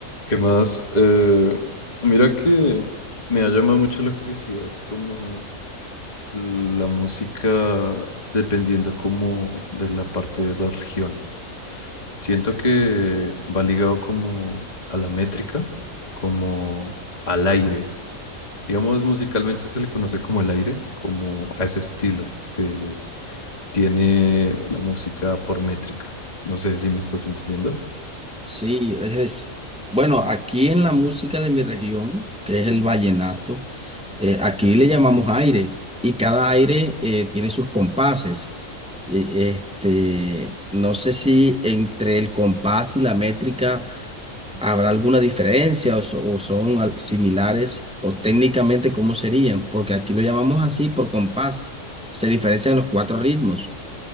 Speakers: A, on the left; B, in the centre.
A: ¿Qué más? Eh, mira que me ha llamado mucho la curiosidad como la música dependiendo como de la parte de las regiones. Siento que va ligado como a la métrica, como al aire. Digamos, musicalmente se le conoce como el aire, como a ese estilo que tiene la música por métrica. No sé si me estás entendiendo.
B: Sí, es decir, bueno, aquí en la música de mi región, que es el vallenato, eh, aquí le llamamos aire y cada aire eh, tiene sus compases. Y, Este, no sé si entre el compás y la métrica habrá alguna diferencia o, so- o son al- similares o técnicamente cómo serían, porque aquí lo llamamos así por compás. Se diferencian los cuatro ritmos,